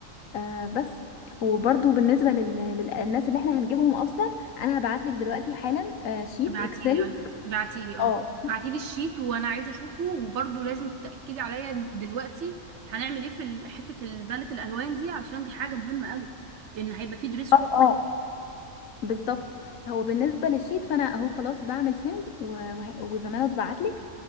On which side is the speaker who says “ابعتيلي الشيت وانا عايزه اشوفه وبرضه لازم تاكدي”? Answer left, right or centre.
Right